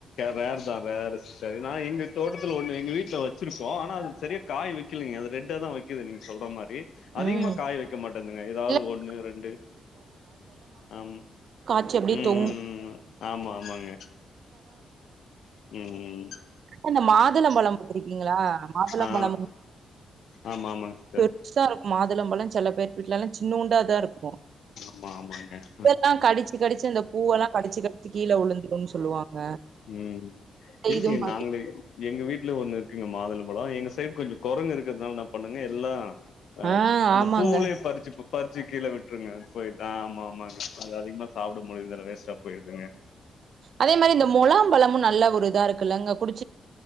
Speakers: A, on the left; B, on the right.
A: ரேரு தான் ரேரு சரி நான் எங்க தோட்டத்துல ஒண்ணு எங்க வீட்டுல வச்சன் வச்சிருக்கோ ஆனா அது சரியா காய் வைக்கலைங்க அது ரெட்டா தான் வைக்குது நீங்க சொல்ற மாதிரி அதிகமா
B: ம்.
A: காய் வைக்க மாட்டேந்தங்க ஏதாவது
B: இல்லக்கா
A: ஒண்ணு ரெண்டு ஆம்
B: காட்சி அப்டியே
A: ம்
B: தொங்கும்
A: ம் ஆமா ஆமாங்க ம்
B: இந்த மாதுளம் பழம் வ இருக்கீங்களா மாதுளம்பழம்
A: ஆ ஆமா ஆமாங்க சிஸ்டர்
B: புசா இருக்கும் மாதுளம்பழம் சில பேர் வீட்டுல எல்லாம் சின்ன உண்டா தான் இருக்கும்
A: ஆமா ஆமாங்க ஆ
B: ெல்லாம் கடிச்சு கடிச்சு இந்த பூவெல்லாம் கடிச்சு கடிச்சு கீழே விழுந்துடும்ன்னு சொல்லுவாங்க
A: ம் இருக்கே
B: இதுவும் பாத்து
A: நாங்கள எங்க வீட்டுல ஒண்ணு இருக்குங்க மாதல் பழம் எங்க சைடு கொஞ்சம் குரங்கு இருக்கிறதுனால என்ன பண்ணுங்க எல்லாம் அஹ்
B: ஆ
A: அந்த
B: ஆமாங்க.
A: பூலே பறிச்சு பறிச்சு கீழே விட்டுருங்க ஆ ஆமா ஆமாங்க அ அதிகமா சாப்பிட முடியும்துல வேஸ்ட்டா போயிடுதுங்க
B: அதே மாதிரி இந்த முழாம்பழமும் நல்ல ஒரு இதா இருக்குல்லங்க குடிச்ச